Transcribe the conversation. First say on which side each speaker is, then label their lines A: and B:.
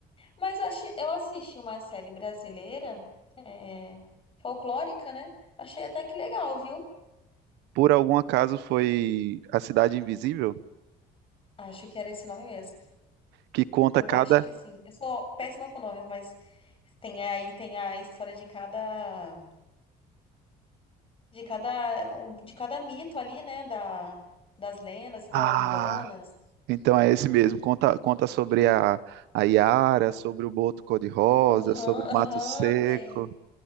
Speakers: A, on the left; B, on the right.
A: Mas eu, achei, eu assisti uma série brasileira, é, folclórica, né? Achei até que legal, viu?
B: Por algum acaso foi A Cidade Invisível,
A: Acho que era esse nome mesmo.
B: que conta
A: Eu
B: cada
A: acho que sim. Eu sou péssima com nomes, mas tem aí tem a história de cada de cada de cada mito ali, né? Da, das lendas e
B: Ah,
A: tal, urbanas.
B: Então é esse mesmo. Conta, conta sobre a, a Yara, sobre o Boto Cor-de-Rosa,
A: Aham,
B: sobre o Mato
A: aham,
B: Seco.
A: tem.